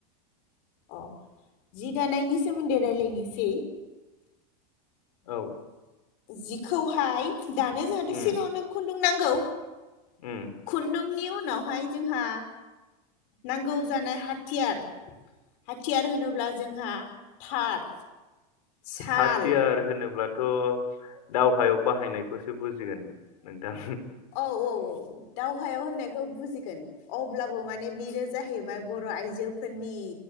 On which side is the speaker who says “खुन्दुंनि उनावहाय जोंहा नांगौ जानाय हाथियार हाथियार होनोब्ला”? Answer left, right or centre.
Left